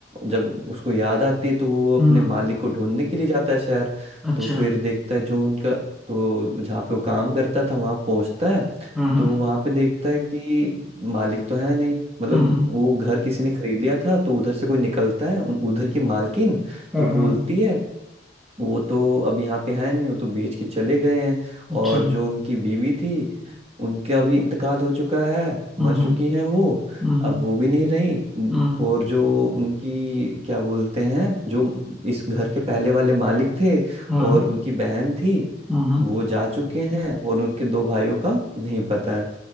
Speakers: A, on the right; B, in the centre.
A: जब उसको याद आती है तो वो अपने
B: हम्म,
A: मालिक को ढूंढने के लिए जाता है शहर
B: अच्छा
A: तो फिर देखता है जो उनका तो जहाँ पे वो काम करता था वहाँ पहुँचता है
B: हाँ हाँ
A: तो वहाँ पे देखता है कि मालिक तो है नहीं मतलब
B: हम्म हम्म,
A: वो घर किसी ने खरीद लिया था तो उधर से कोई निकलता है उन- उधर की मालकिन
B: हाँ
A: तो बोलती
B: हाँ
A: है वो तो अब यहाँ पे है नहीं वो तो बेच के चले गए हैं
B: अच्छा
A: और जो उनकी बीवी थी उनका भी इंतकाल हो चुका है
B: हम्म
A: मर चुकी
B: हम्म
A: हैं वो
B: हम्म
A: अब वो भी नहीं रही उम,
B: हम्म,
A: और जो उनकी क्या बोलते हैं जो इस घर के पहले वाले मालिक थे
B: हाँ
A: और
B: हाँ
A: उनकी बहन थी
B: हम्म हम्म।
A: वो जा चुके हैं और उनके दो भाइयों का नहीं पता है